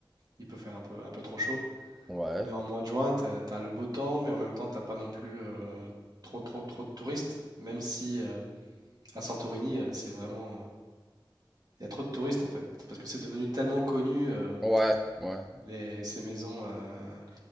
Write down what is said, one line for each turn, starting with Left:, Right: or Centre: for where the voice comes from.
Right: il peut faire un peu, un peu trop chaud.
Centre: Ouais.
Right: Mais en mois de juin, tu as le beau temps, mais en même temps, t'as pas non plus euh, trop, trop, trop de touristes. Même si euh, à Santorini, euh, c'est vraiment. euh, Il y a trop de touristes en fait. Parce que c'est devenu tellement connu. euh,
Centre: Ouais, ouais.
Right: Les, ces maisons euh,